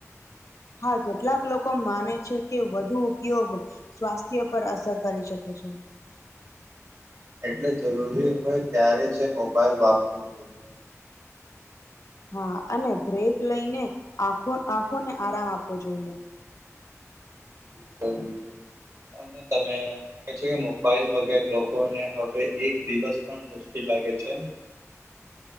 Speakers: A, on the left; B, on the right.
A: હા કેટલાક લોકો માને છે કે વધુ ઉપયોગ સ્વાસ્થ્ય પર અસર કરી શકે છે
B: એટલે જરૂરી હોય ત્યારે જ મોબાઈલ વાપરવું જોઈએ
A: હા અને બ્રેક લઈને આખો આંખોને આરામ આપવો જોઈએ
B: બિલકુલ અને તમે લાગે છે. કે મોબાઈલ વગર લોકોને હવે એક દિવસ પણ મુશ્કેલ લાગે છે.